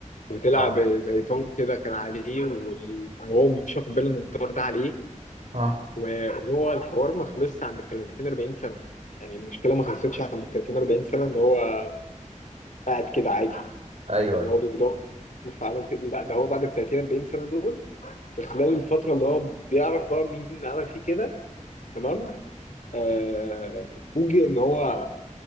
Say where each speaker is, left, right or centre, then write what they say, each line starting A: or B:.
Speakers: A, on the left; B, on the right.
A: وطلع
B: اه
A: ب- زي طار كده كان عليه وال- وهو مش واخد باله إن الطار ده عليه
B: اه
A: وهو الحوار ما خلصش عند ال 30 40 سنه يعني المشكله ما خلصتش عند ال 30 40 سنه ان هو قاعد كده عادي
B: ايوه
A: ان
B: ايوه
A: هو بيدور فعمل كده لا ده هو بعد ال 30 40 سنه دول في خلال الفتره اللي هو بيعرف بقى مين عمل فيه كده تمام آه فوجئ ان هو